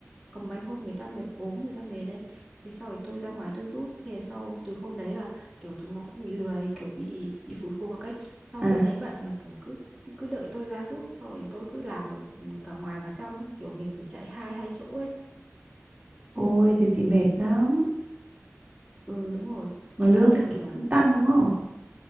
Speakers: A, in the centre; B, on the right.
A: có mấy hôm người ta mệt ốm người ta mệt đấy thì sau rồi tôi ra ngoài tôi giúp thế sau từ hôm đấy là kiểu chúng nó cũng bị lười kiểu bị bị phụ thuộc ấy sau
B: à.
A: cứ thấy bận là kiểu cứ cứ đợi tôi ra giúp xong rồi tôi cứ làm ở ừ, cả ngoài cả trong ấy. kiểu mình phải chạy hai hai chỗ ấy
B: Ôi thì thì mệt lắm.
A: ừ đúng rồi
B: Mà lương
A: ý là
B: thì lại
A: kiểu
B: không tăng
A: ừ
B: đúng không?